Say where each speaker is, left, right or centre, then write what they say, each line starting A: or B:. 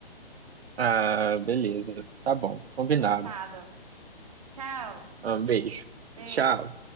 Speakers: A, on the right; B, on the right.
A: Ah, beleza. Tá bom. Combinado.
B: Fechado. Tchau.
A: Um beijo.
B: Beijo.
A: Tchau.